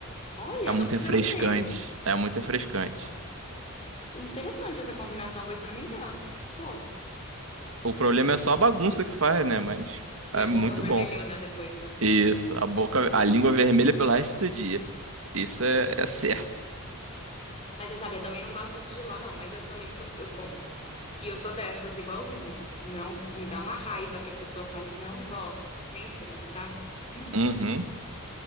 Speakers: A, on the left (about 30°); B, on the right (about 65°).
A: Olha,
B: É muito
A: nunca experimentei.
B: refrescante. É muito refrescante.
A: Interessante essa combinação, vou experimentar. Pô,
B: O problema é só a bagunça que faz, né? Mas
A: e
B: é
A: a boca
B: muito
A: vermelhona
B: bom.
A: depois, né?
B: Isso, a boca, a língua vermelha pelo resto do dia. Isso é, é certo.
A: Mas você sabe, eu também não gosto de jiló, não, mas eu também sou, eu como. E eu sou dessas, igualzinho. Não, me dá uma raiva que a pessoa fale, não gosto, sem experimentar. Hum.
B: Uhum,